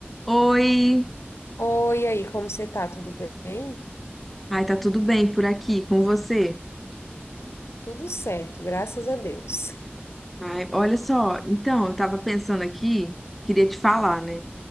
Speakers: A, in the centre; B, on the left.
A: Oi!
B: Oi, e aí, como você tá? Tudo bem?
A: Ai, tá tudo bem por aqui com você?
B: Tudo certo, graças a Deus.
A: Ai, olha só, então, eu tava pensando aqui, queria te falar, né?